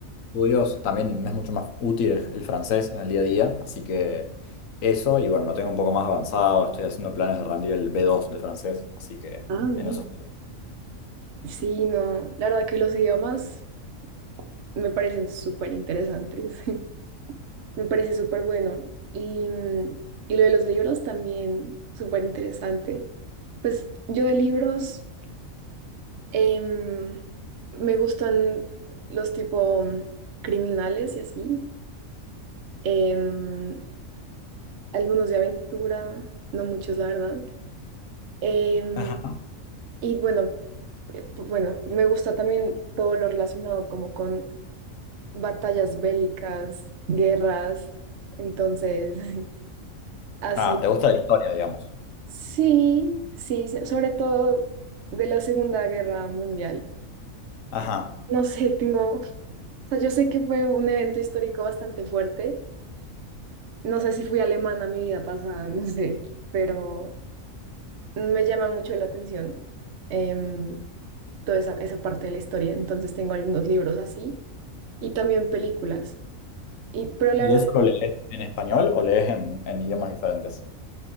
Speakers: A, on the left; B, on the right.
A: estudios también me es mucho más útil el, el francés en el día a día, así que eso, y bueno, lo tengo un poco más avanzado, estoy haciendo planes de rendir el b dos de francés, así que
B: Ah, bien.
A: en eso estoy.
B: Sí, no, la verdad que los idiomas me parecen súper interesantes, <laughs> me parece súper bueno. Y, mm, y lo de los libros también, súper interesante. Pues yo de libros em, me gustan los tipo mm, criminales y así. em, algunos de aventura, no muchos, la verdad. em,
A: Ajá.
B: y bueno, eh, pu- bueno, me gusta también todo lo relacionado como con batallas bélicas, guerras. Entonces, <laughs> así.
A: Ah, ¿te gusta la historia, digamos?
B: Sí, sí, sí, sobre todo de la Segunda Guerra Mundial.
A: Ajá.
B: No sé, tengo sea, yo sé que fue un evento histórico bastante fuerte. No sé si fui alemana mi vida pasada, <laughs> no sé, pero me llama mucho la atención em, toda esa, esa parte de la historia. Entonces tengo algunos libros así y también películas. Y, pero la
A: ¿Y
B: verdad,
A: eso lo lees en español o lees en, en idiomas diferentes?